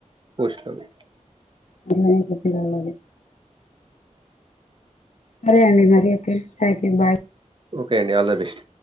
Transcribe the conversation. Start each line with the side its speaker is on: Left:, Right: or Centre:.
Right: పోస్టులను
Left: అలా ఏ కొట్టిరావాలి సరే అండి మరి ఓకే థాంక్యూ బాయ్
Right: ఓకే అండి ఆల్ ద బెస్ట్